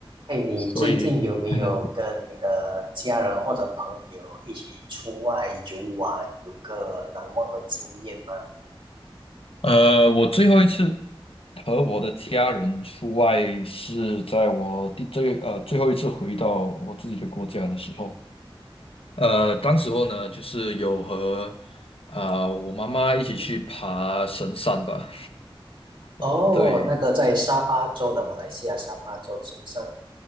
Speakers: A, on the right; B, on the left.
A: 哎，你最近有没有跟你的家人或者朋友一起出外游玩，
B: 所以，嗯
A: 有个难忘的经验吗？
B: 呃，我最后一次和我的家人出外是在我第最呃最后一次回到我自己的国家的时候，呃，当时候呢，就是有和啊、我妈妈一起去爬神山吧，
A: 哦，
B: <laughs> 对。
A: 那个在沙巴州的马来西亚沙巴州的首山，